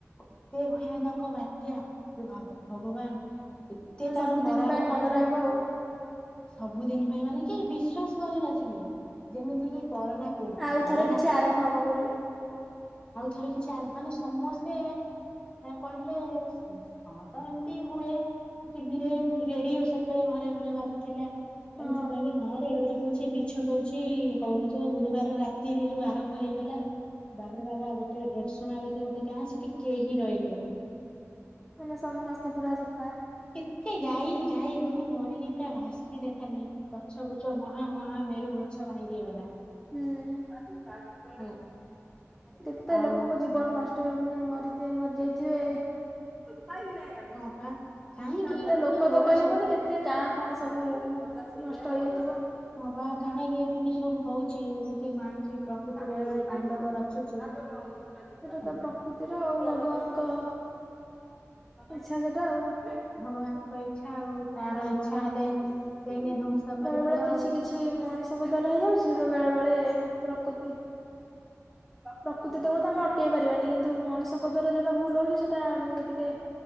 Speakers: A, on the left; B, in the centre.
A: ଏତେ ଭୟାନକ ବାତ୍ୟା। ହେ ଭଗବାନ! ଏତେ ତାର
B: ସବୁଦିନ
A: କରାଳ
B: ପାଇଁ ମନେ
A: ରୂପ
B: ରହିବ ଆଉ।
A: ସବୁଦିନ ପାଇଁ ମାନେ କି ବିଶ୍ବାସ କରିନଥିଲେ ଯେମିତି କିି କରୋନା କୋ
B: ଆଉ
A: କରୋନା
B: ଥରେ କିଛି ଆରମ୍ଭ ହବ ବୋଲି
A: ଆଉଥରେ କିଛି ଆର ମାନେ ସମସ୍ତେ କହିଲେ ହଁ ତ ଏମତି ହୁଏ ଟିଭିରେ ରେଡିଓ ସେତେବେଳେ ଘରେ ଘରେ ବାଜୁଥିଲେ
B: ହଁ
A: ଏମିତି କହିବେ ହଁ ରେଡିଓରେ କୋହୁଚି ମିଛ କୋହୁଚି ହୋଉନଥିବ ଗୁରୁବାର ରାତିରୁ ଆରମ୍ଭ ହେଇଗଲା ତାପରେ ବାବା ଗୋଟେ ଏରେସମା ବୋଲି ଗୋଟେ ଗାଁ ଅଛି ସେଠି କେହି ରହିଲେନି।
B: ମାନେ ସମସ୍ତେ ପୁରା ସ
A: କେତେ ଗାଈ ଗାଈ ଗୋରୁ ମରିକି ପୁରା ଭାସିଲେ ଖାଲି ଗଛ ବୁଛ ମହା ମହା ମେରୁ ଗଛ ଭାଙ୍ଗିଗଲା।
B: ହଁ
A: ହେଲା
B: କେତେ
A: ଆଉ
B: ଲୋକଙ୍କ ଜୀବନ ନ ମାନ ମରିଥିବେ ମରିଯାଇଥିବେ। ଖାଇ ଲିନି ଆଉ
A: ହଁ ପା କାହିଁକି
B: କେତେ
A: ଏମିତି
B: ଲୋକ
A: ହଉଛି
B: ତ କହିହବନି କେତେ ଗାଁ ଫାଁ ସବୁ ନଷ୍ଟ ହେଇଥିବ।
A: ହଁ ବା କାହିଁକି ଏମିତି ସବୁ ହୋଉଚି ଏମିତି ପ୍ରକୃତି
B: ସେଟା
A: ବେଳେ ବେଳେ ତାଣ୍ଡବ ରଚୁଛି ହେଲା
B: ତ ପ୍ରକୃତିର ଆଉ ଭଗବାନଙ୍କ ଇଛା ସେଟା ଆଉ ବେଳେ
A: ଭଗବାନଙ୍କ ଇଚ୍ଛା ଆଉ ତାର ଇଚ୍ଛା ହେଲେ ସେଇନେ ଧ୍ଵଂସ କରିଦବ
B: ବେଳେ କିଛି
A: ଆଉ
B: କିଛି ମଣିଷଙ୍କ ଦ୍ଵାରା ହେଇଯାଉଚି, ତ ବେଳେ ବେଳେ ପ୍ରକୃତି ପ୍ରକୃତି ତ ଆମେ ଅଟକେଇ ପାରିବାନି, କିନ୍ତୁ ମଣିଷଙ୍କ ଦ୍ଵାରା ଯୋଉଟା ଭୁଲ ହୋଉଚି ସେଟା ଆମକୁ ଟିକେ